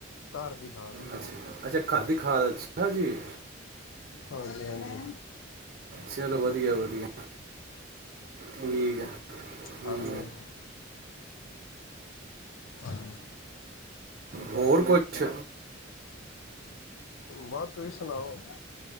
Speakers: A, on the left; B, on the right.
A: ਘਰ ਦੀ ਖਾਦ
B: ਅੱਛਾ ਅੱਛਾ ਘਰ ਦੀ ਖਾਦ ਅ ਜੀ
A: ਹਾਂਜੀ ਹਾਂਜੀ
B: ਚਲੋ ਵਧੀਆ ਵਧਿਆ ਠੀਕ ਆ ਹੂੰ
A: ਹਾਂਜੀ ਹਾਂਜੀ ਹਾਂ।
B: ਹੋਰ ਕੁਛ
A: ਬਸ ਤੁਸੀਂ ਸੁਣਾਓ।